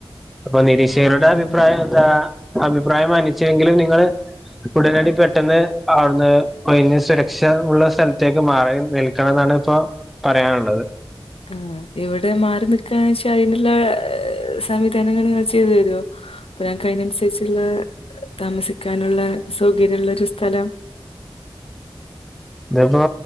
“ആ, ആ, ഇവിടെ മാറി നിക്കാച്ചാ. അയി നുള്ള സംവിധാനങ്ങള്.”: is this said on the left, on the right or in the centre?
Left